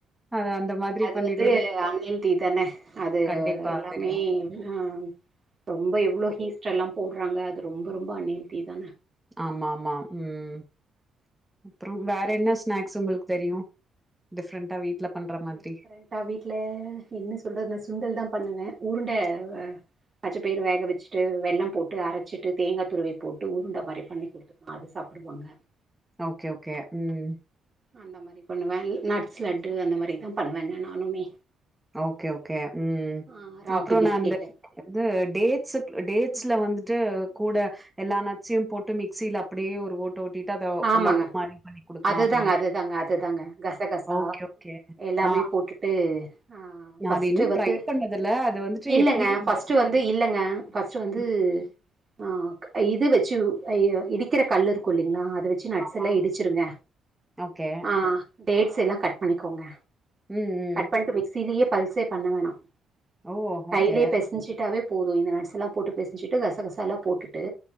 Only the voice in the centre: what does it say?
அ அந்த மாரி
பண்ணிடறது
கண்டிப்பா
தெ ரியு
ஆமா ஆமா ம் அப்றோ வேற என்ன ஸ்நாக்ஸ் உங்களுக்கு தெரியு டிஃப்ரெண்டா வீட்ல பண்ற மாதிரி.
ஓகே ஓகே ம்
ஓகே ஓகே ம்
அப்றோ
நா அந்த அது டேஸ் டேஸ்ல வந்து து கூட எல்லா நட்ஸயும் போட்டு மிக்சில அப்டியே ஒரு ஓ ட்டிட்டு அத
லட்டு மாரி பண்ணி குடுக்கலா
அப்டின்னா
ஓகே ஓகே
ஆ
நான்
அது இன்னும்
ட்ரை பண்ணதில்ல. அது வந்துட்டு
எப்படி அந்த
ம்
ஆமா.
ஓகே.
ம், ம்.
ஓ!
ஓகே.